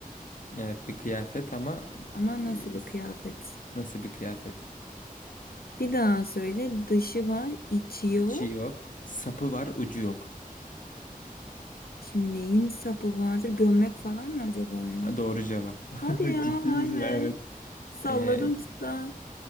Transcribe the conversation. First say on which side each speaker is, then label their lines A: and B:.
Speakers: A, on the left (about 60°); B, on the left (about 80°).
A: Evet bir kıyafet ama
B: Ama
A: e,
B: nasıl bir kıyafet?
A: nasıl bir kıyafet?
B: Bir daha söyle. Dışı var, içi yok.
A: İçi yok, sapı var, ucu yok.
B: Şimdi neyin sapı vardır? Gömlek falan mı acaba ya?
A: Ha, doğru cevap.
B: Hadi
A: <laughs>
B: ya
A: Ciddi
B: vay
A: misin?
B: be.
A: Evet.
B: Salladım
A: E,
B: tuttu. ha.